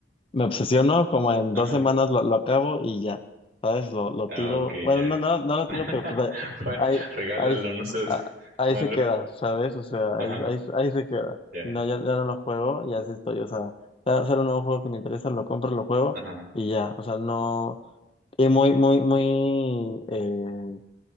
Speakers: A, on the left; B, on the right.
A: me obsesiono, como en
B: Ajá.
A: dos semanas lo, lo acabo y ya, ¿sabes? Lo, lo
B: Ah,
A: tiro,
B: ok,
A: bueno,
B: ya.
A: no, no, no lo
B: <laughs>
A: tiro, pero pues
B: Bueno,
A: ahí,
B: regálalo,
A: ahí, ahí,
B: no seas
A: ah, ahí
B: malo.
A: se queda, ¿sabes? O sea,
B: Ajá,
A: ahí, ahí, ahí se queda,
B: ya.
A: no, ya, ya no lo juego y así estoy, o sea, sa- sale un nuevo juego que me interesa, lo compro, lo juego
B: Ajá,
A: y ya, o sea, no... Y muy, muy, muy, eh,